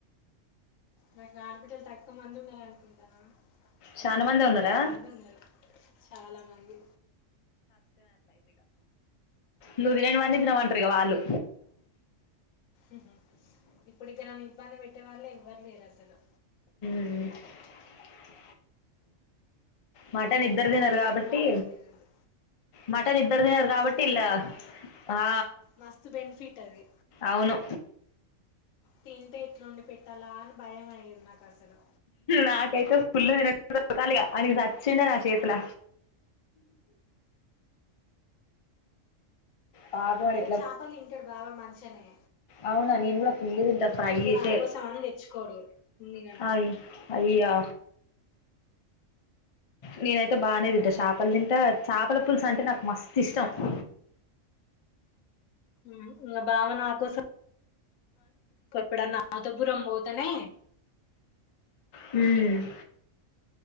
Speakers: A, on the left; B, on the left.
A: నాకు అడిబిడ్డలు త తక్కువమంది ఉన్నరుఅనుకుంటనవ పుల్లా
B: చానా మందే ఉన్నారా
A: ఫుల్ మంది ఉన్నరు చాల మంది
B: నువ్ తిననివి అన్ని తినమంటరు ఇగ వాళ్ళు
A: ఉహుం ఇప్పుడు ఇగ నన్ను ఇబ్బంది పెట్టే వాళ్లే ఏవ్వర్ లేర్ అసలు
B: ఉమ్ మటన్
A: నా లైఫ్
B: ఇద్దరు
A: నా
B: తినరు
A: ఇష్టం
B: కాబట్టి
A: బాగా ఇష్టం కాదు
B: మటన్ ఇద్దర్ తినర్
A: అది మస్తు
B: కాబట్టిఇళ్ల
A: బెనిఫిట్ నాకు
B: ఆ
A: మస్తు బెనిఫిట్ అది
B: అవును
A: తింటే ఎట్ల ఒండి పెట్టాలా అని భయం అయ్యది నాక్ అసలు
B: నాకైతే ఫుల్లు తినేటోడు దొరకాలి ఇగ వానికి సచ్చిండ నా షేతు త్ల పాపం వాడు
A: ఆయ్న చాపలు తింటడు బావ మంచిగనే
B: అవున నేన్ గుడ ఫుల్ తింట ఫ్రై చేసే
A: నా కోసం అని తెచ్చుకోడు ఉంది కదా
B: అయ్ అయ్యా నేనైతే బానే తింట చాపలు తింట చాపల పులుసు అంటే నాక్ మస్త్ ఇష్టం <inaudible>
A: ఉ ఇగ బావ నా కొసం ఎప్పుడన్నా అతపురం పోతానే
B: ఉమ్